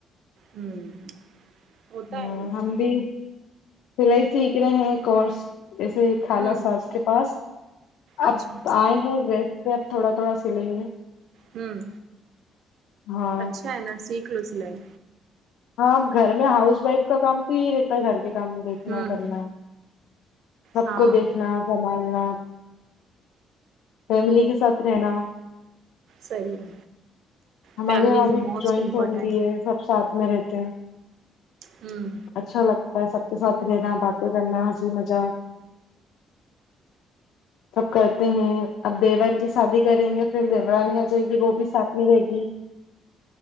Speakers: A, on the right; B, on the left.
A: ہوں ہوتا
B: ہ
A: ہے ایسا
B: ہم بھی سلائی سیکھ رہے ہیں کورس ایسے خالہ
A: ہوں
B: ساس کے پاس
A: اچھا
B: اب آئے ہیں ریس پہ اب تھوڑا تھوڑا سلیں گے
A: ہوں
B: ہاں
A: اچھا ہے نا سیکھلو سلائی
B: ہاں اب گھر میں ہاؤس وائف کا کام تو ہی رہتا ہے گھر کے کام
A: ہوں
B: نا کرنا سب
A: ہاں
B: کو دیکھنا سنبھالنا فیملی کے ساتھ رہنا
A: صحیح ہے
B: ہمارے
A: فیملی
B: وہاں
A: از
B: بھی
A: موسٹ
B: جوائنٹ
A: امپورٹینٹ
B: فیملی ہے سب ساتھ میں رہتے ہیں
A: ہوں
B: اچھا لگتا ہے سب کے ساتھ رہنا باتیں کرنا ہنسی مذاق سب کرتے ہیں اب دیور کی شادی کریں گے پھر دیورانی آ جائے گی وہ بھی ساتھ میں رہے گی <inaudible>